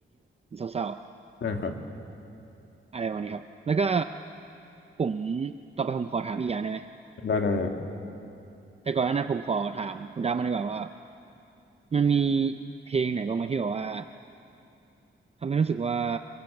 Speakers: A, on the right (about 30°); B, on the left (about 60°).
A: เศร้า
B: นะครับ
A: ๆอะไรวันนี้ครับแล้วก็ผมต่อไปผมขอถามอีกอย่างได้ไหม
B: ได้ได้ได้
A: แต่ก่อนหน้านั้นผมขอถามคุณดับมันดีกว่าว่ามันมีเพลงไหนบ้างไหมที่แบบว่าทำให้รู้สึกว่า